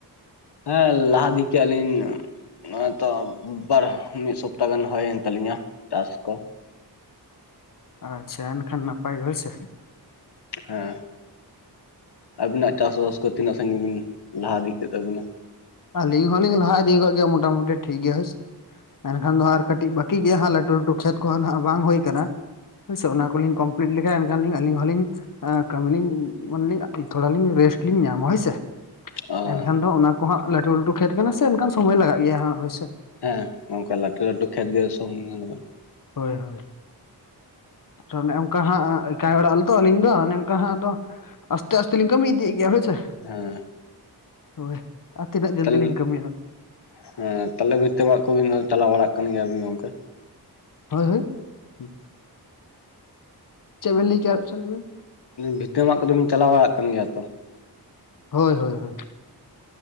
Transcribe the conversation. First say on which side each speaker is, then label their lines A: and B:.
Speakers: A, on the left; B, on the left.
A: ᱦᱮᱸ ᱞᱟᱦᱟ ᱤᱫᱤᱠᱮ ᱟᱞᱤᱧ ᱱᱚᱜ-ᱚᱭ ᱛᱚ ᱵᱟᱨ ᱢᱤᱫ ᱥᱚᱯᱛᱟ ᱜᱟᱱ ᱦᱳᱭᱮᱱ ᱛᱟᱞᱤᱧᱟ ᱪᱟᱥ ᱠᱚ᱾
B: ᱟᱪᱪᱷᱟ ᱮᱱᱠᱷᱟᱱ ᱱᱟᱯᱟᱭ ᱜᱮ ᱦᱳᱭ ᱥᱮ᱾
A: ᱦᱮᱸ ᱟᱵᱤᱱᱟᱜ ᱪᱟᱥᱵᱟᱥ ᱠᱚ ᱛᱤᱱᱟᱹᱜ ᱥᱟᱹᱜᱤᱧ ᱵᱤᱱ ᱞᱟᱦᱟ ᱤᱫᱤ ᱠᱮᱫ ᱛᱟᱵᱤᱱᱟ?
B: ᱟᱹᱞᱤᱧ ᱦᱚᱞᱤᱧ ᱞᱟᱦᱟ ᱤᱫᱤᱣ ᱠᱟᱜ ᱜᱮᱭᱟ ᱢᱚᱴᱟᱢᱩᱴᱤ ᱴᱷᱤᱠ ᱜᱮᱭᱟ ᱦᱳᱭᱥᱮ᱾ ᱮᱱᱠᱷᱟᱱ ᱫᱚ ᱦᱟᱜ ᱟᱨ ᱠᱟᱹᱴᱤᱡ ᱵᱟᱹᱠᱤ ᱜᱮᱭᱟ ᱦᱟᱸᱜ᱾ ᱞᱟᱹᱴᱩ ᱞᱟᱹᱴᱩ ᱠᱷᱮᱛ ᱠᱚᱦᱚᱸ ᱱᱟᱦᱟᱸᱜ ᱵᱟᱝ ᱦᱩᱭ ᱠᱟᱱᱟ᱾ ᱦᱩᱭ ᱥᱮ ᱚᱱᱟ ᱠᱚᱞᱤᱧ ᱠᱚᱢᱯᱞᱤᱴ ᱞᱮᱠᱷᱟᱡ ᱮᱱᱠᱷᱟᱱᱞᱤᱧ ᱟᱹᱞᱤᱧ ᱦᱚᱞᱤᱧ ᱮ ᱠᱟᱢᱤ ᱞᱤᱧ ᱢᱟᱱᱮ ᱞᱤᱧ ᱛᱷᱚᱲᱟ ᱞᱤᱧ ᱨᱮᱥᱴ ᱞᱤᱧ ᱧᱟᱢᱟ ᱦᱳᱭᱥᱮ᱾
A: ᱟᱨ
B: ᱮᱱᱠᱷᱟᱱ ᱫᱚ ᱚᱱᱟ ᱠᱚ ᱦᱟᱸᱜ ᱞᱟᱹᱴᱩ ᱞᱟᱹᱴᱩ ᱠᱷᱮᱛ ᱠᱟᱱᱟ ᱥᱮ ᱮᱱᱠᱷᱟᱱ ᱥᱚᱢᱚᱭ ᱞᱟᱜᱟᱜ ᱜᱮᱭᱟ ᱦᱟᱜ ᱦᱳᱭᱥᱮ᱾
A: ᱦᱮᱸ ᱱᱚᱝᱠᱟ ᱞᱟᱹᱴᱩ ᱞᱟᱹᱴᱩ ᱠᱷᱮᱛ ᱜᱮ ᱥᱚᱢᱚᱭ ᱫᱚ ᱞᱟᱜᱟ-ᱟ᱾
B: ᱦᱳᱭ ᱦᱳᱭ᱾ ᱟᱨᱟ ᱚᱱᱮ ᱚᱱᱠᱟ ᱦᱟᱸᱜ ᱮᱠᱟᱭ ᱚᱲᱟᱜ ᱟᱞᱮᱛᱚ ᱟᱞᱤᱧ ᱫᱚ ᱚᱱᱮ ᱚᱱᱠᱟ ᱦᱟᱸᱜ ᱟᱫᱚ ᱟᱥᱛᱮ ᱟᱥᱛᱮ ᱞᱤᱧ ᱠᱟᱢᱤ ᱤᱫᱤᱭᱮᱫ ᱜᱮᱭᱟ ᱦᱳᱭᱥᱮ᱾
A: ᱦᱮ᱾
B: ᱦᱳᱭ᱾ ᱟᱨ ᱛᱤᱱᱟᱹᱜ ᱡᱚᱞᱫᱤ
A: ᱛᱟᱞᱮ
B: ᱞᱤᱧ ᱠᱟᱹᱢᱤᱭᱟ
A: ᱦᱮᱸ ᱛᱟᱦᱞᱮ ᱵᱷᱤᱛᱟᱹ ᱢᱟᱜᱽ ᱠᱚᱵᱤᱱ ᱪᱟᱞᱟᱣ ᱵᱟᱲᱟᱜ ᱠᱟᱱ ᱜᱮᱭᱟ ᱵᱤᱱ ᱜᱚᱝᱠᱮ?
B: ᱦᱳᱭ ᱦᱳᱭ᱾
A: ᱦᱩᱸ
B: ᱪᱮᱫ ᱵᱤᱱ ᱞᱟᱹᱭ ᱠᱮᱜᱟ ᱟᱨ ᱢᱤᱫ ᱪᱷᱚᱴ ᱞᱟᱭᱵᱤᱱ?
A: ᱵᱷᱤᱛᱟᱹ ᱢᱟᱜ ᱠᱚᱫᱚ ᱵᱤᱱ ᱪᱟᱞᱟ ᱵᱟᱲᱟᱜ ᱠᱟᱱ ᱜᱮᱭᱟ ᱛᱚ?
B: ᱦᱳᱭ, ᱦᱳᱭ ᱦᱳᱭ,